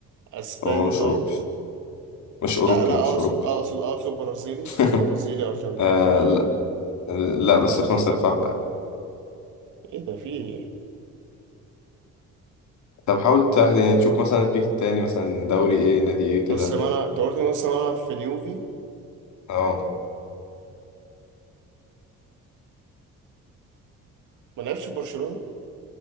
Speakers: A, on the right; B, on the left.
A: اسباني
B: هو مش
A: طيب
B: أوروبي مش أوروبي
A: لا لا
B: مش
A: اقصد
B: أوروبي
A: اقصد اقصد برازيلي
B: <laughs>
A: برازيلي ارجنتيني
B: آه لا لا بس في نفس القارة يعني.
A: ايه ده في ايه
B: طب حاول تع- يعني تشوف مثلا البيك التاني مثلا دوري إيه نادي إيه كده
A: نص ملعب انت قلت نص ملعب في اليوفي
B: اه
A: ما لعبش في برشلونة